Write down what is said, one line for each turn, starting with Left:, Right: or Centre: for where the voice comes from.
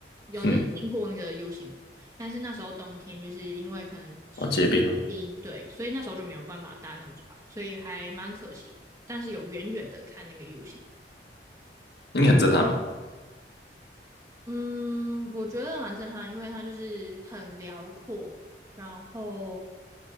Right: 有就是经过那个
Left: 嗯，
Right: U 型谷，但是那时候冬天就是因为可能
Left: 哦，结冰了，
Right: 冰，对，所以那时候就没有办法搭那个船，所以还蛮可惜但是有远远的看那个 U 型。
Left: 应该很震撼嘛，
Right: 嗯，我觉得蛮震撼，因为它就是很辽阔，然后